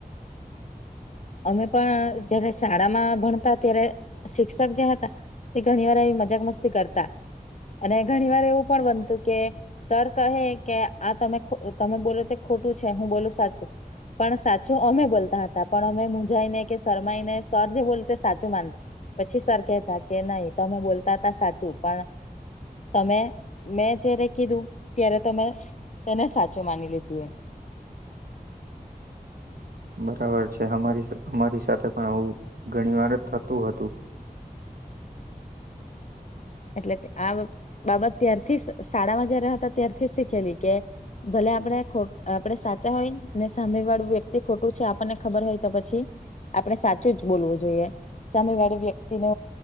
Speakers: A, on the left; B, on the right.
A: અમે પણ જયારે શાળા માં ભણતા ત્યારે શિક્ષક જે હતા એ ઘણી વાર મજાક મસ્તી કરતા અને ઘણી વાર એવું પણ બનતું કે સર કહે કે આ તમે તમે બોલો તે ખોટું છે હું બોલ સાચું પણ સાચું અમે બોલતા હતા. પણ અમે મુંજાાઈ ને કે શરમાઈ ને સર જે બોલ તે સાચું માનતા. પછી સર કેતા કે નહી તો અમે બોલતા હતા સાચું પણ તમે મેં જયારે કીધું ત્યારે તમે તેને સાચું માની લીધું એમ.
B: બરાબર છે અમારી અમારી સાથે પણ આવું ઘણી વાર જ થતું હતું.
A: એટલે આ બાબત ત્યારથી શાળામાં જયારે હતા ત્યારથી શીખેલી કે ભલે આપડે આપડે સાચા હોય ને સામે વાળું વ્યક્તિ ખોટું છે આપણને ખબર હોય તો પછી આપણે સાચું જ બોલવું જોઈએ સામે વાળી વ્યક્તિ ન